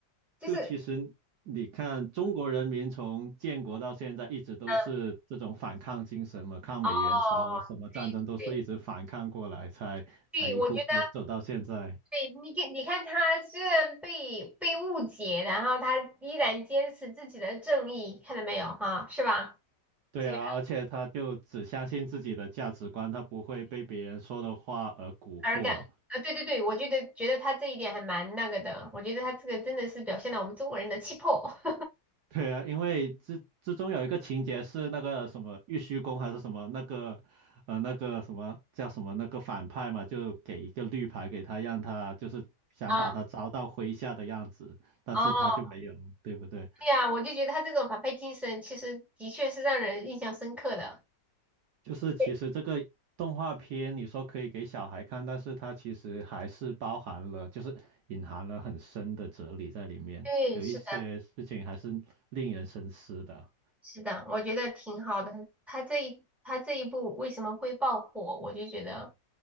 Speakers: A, in the centre; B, on the right (about 70°).
A: 就是，
B: 就其实你看，中国人民从建国到现在一直都是这种反抗精神嘛，
A: 嗯，
B: 抗美援朝啊，
A: 哦，
B: 什么战争都是一直反抗过来，
A: 对对
B: 才才一步步走到现在。
A: 对，我觉得，对你看，你看他虽然被被误解，然后他依然坚持自己的正义，看到没有哈，是吧？
B: 对啊，
A: 这个。
B: 而且他就只相信自己的价值观，他不会被别人说的话而蛊惑。
A: 而感啊，对对对，我觉得觉得他这一点还蛮那个的，我觉得他这个真的是表现了我们中国人的气魄。<laughs>
B: 对啊，因为之之中有一个情节是那个什么玉虚宫还是什么那个，呃，那个什么叫什么那个反派嘛，就给一个绿牌给他，让他就是想把他招到麾下的样子，
A: 啊
B: 但是他就没有，
A: 哦，
B: 对不对？
A: 对呀，我就觉得他这种反派精神，其实的确是让人印象深刻的。
B: 就是其实这个动画片你说可以给小孩看，
A: 对，
B: 但是它其实还是包含了，就是隐含了很深的哲理在里面，
A: 对，
B: 有一些事情还是令人深思的。
A: 是的，是的，我觉得挺好的。他这一他这一部为什么会爆火，我就觉得